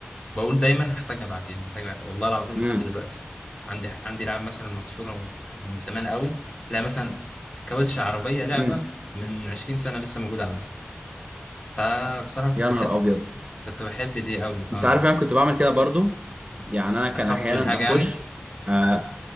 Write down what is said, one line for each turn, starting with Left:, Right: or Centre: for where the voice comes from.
Left: بقول دايما هحتاجها بعدين محتاجها بعدين. والله العظيم
Right: امم
Left: لحد دلوقتي عندي عندي لعب مثلا مكسوره من زمان قوي تلاقي مثلا كاوتش عربيه لعبه
Right: امم
Left: من 20 سنه لسه موجوده عندي فبصراحه كنت
Right: يا نهار
Left: بحب
Right: ابيض
Left: كنت بحب دي قوي
Right: انت
Left: اه
Right: عارف انا كنت بعمل كده برضو يعني انا كان
Left: تحتفظ
Right: احيانا
Left: بالحاجه
Right: اخش
Left: يعني
Right: آه،